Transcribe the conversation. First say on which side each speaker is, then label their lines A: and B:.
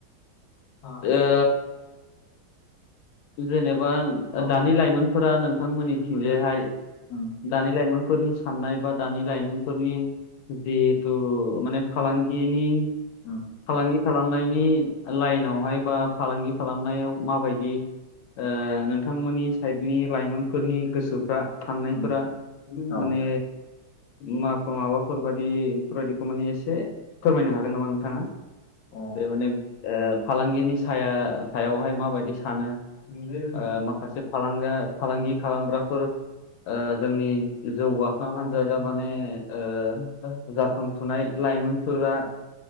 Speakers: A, on the left; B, on the left.
A: ओ जेनेबा दानि लाइमोनफोरा नोंथांमोननि दिंजायहाय
B: उम
A: दानि लाइमोन फोरनि साननाय बा दानि लाइमोनफोरनि जिहेथु माने फालांगिनि
B: उम
A: फालांगि खालामनायनि लाइनावहाय बा फालांगि खालामनायाव माबायदि, ओ नोंथांमोननि साइडनि लाइमोनफोरनि गोसोफ्रा थांनायफोरा
B: उम औ
A: माने मा माबाफोर बायदि बेफोरबायदिखौ माने एसे फोरमायनो हागोन नामा? नोंथाङा।
B: औ
A: बे माने ओ फालांगिनि साया सायावहाय माबायदि सानो ओ
B: उम
A: माखासे फालांगा फालांगि खालामग्राफोर, ओ जोंनि जौगाखां हान्जाया माने ओ जाखांफुनाय, लाइमोनफोरा